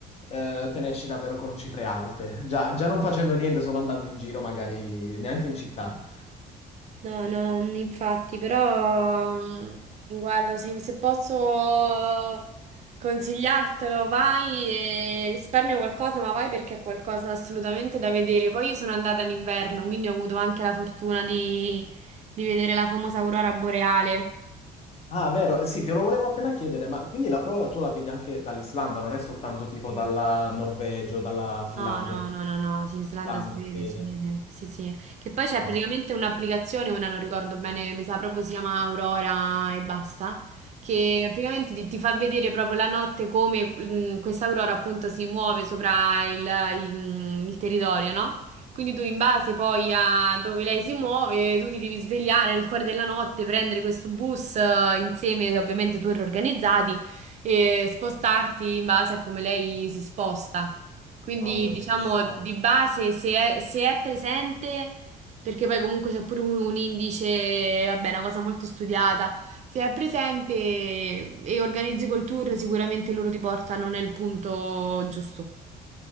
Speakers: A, on the left; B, on the right.
A: eh, te ne esci davvero con cifre alte. Già, già non facendo niente, solo andando in giro, magari neanche in città.
B: No, no, mm, infatti, però mm, guarda, se, se posso consigliartelo, vai e risparmia qualcosa, ma vai perché è qualcosa assolutamente da vedere. Poi io sono andata in inverno, quindi ho avuto anche la fortuna di, di vedere la famosa aurora boreale.
A: Ah, vero, eh, sì, te lo volevo appena chiedere, ma quindi la prova tu la vedi anche dall'Islanda, non è soltanto tipo dalla Norvegia o dalla Finlandia,
B: No, no,
A: che
B: no, no, no, sì, in Islanda
A: l'Islanda
B: si vede,
A: vede.
B: si vede, sì, sì. Che poi c'è
A: No.
B: praticamente un'applicazione, ora non ricordo bene, mi sa proprio si chiama Aurora e basta, che praticamente ti, ti fa vedere proprio la notte come mm, questa aurora appunto si muove sopra il, il- mm, il territorio, no? Quindi tu in base poi a dove lei si muove, tu ti devi svegliare nel cuore della notte, prendere questo bus eh, insieme, ovviamente tour organizzati, e spostarti in base a come lei si sposta. Quindi
A: Oddio,
B: diciamo
A: bellissimo.
B: di base se è, se è presente, perché poi comunque c'è pure un, un indice, vabbè, una cosa molto studiata, se è presente e organizzi col tour sicuramente loro ti portano nel punto giusto.